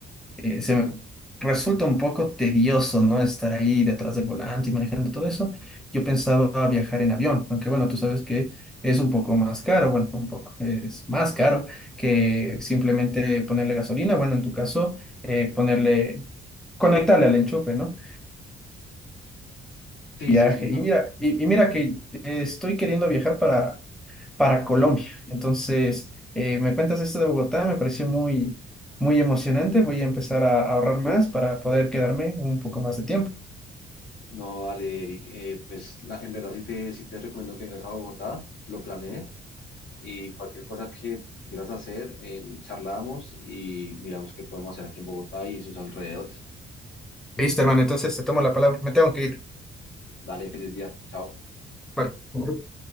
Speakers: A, in the centre; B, on the left (about 70°).
A: eh, se me resulta un poco tedioso, ¿no? Estar ahí detrás del volante y manejando todo eso. Yo pensaba viajar en avión, aunque bueno, tú sabes que es un poco más caro, bueno, un poco, es más caro que simplemente ponerle gasolina, bueno, en tu caso, eh, ponerle, conectarle al enchufe, ¿no?
B: Sí,
A: Viaje.
B: sí, sí, no.
A: Y mira, y, y mira que eh, estoy queriendo viajar para para Colombia. Entonces, eh, me cuentas esto de Bogotá, me pareció muy, muy emocionante. Voy a empezar a ahorrar más para poder quedarme un poco más de tiempo.
B: No, dale, Eric. Eh, pues la- en verdad sí te, sí te recomiendo que vengas a Bogotá, lo planees y cualquier cosa que, que quieras hacer, eh, charlamos y miramos qué podemos hacer aquí en Bogotá y en sus alrededores.
A: Listo, hermano, entonces te tomo la palabra. Me tengo que ir.
B: Dale, feliz día. Chao.
A: Bye.